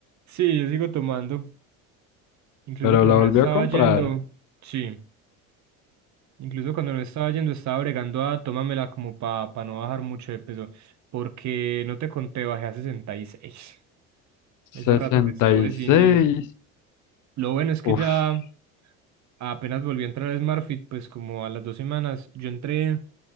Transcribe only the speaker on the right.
Sí, yo sigo tomando. Incluso
cuando
no estaba
yendo, sí, incluso cuando no estaba yendo estaba bregando a tómamela como para no bajar mucho de peso, porque no te conté, bajé a sesenta y seis, Ese
rato que estuve
sin ir. Lo bueno es que
ya apenas volvió a entrar a SmartFit, pues como a las dos semanas. Yo entré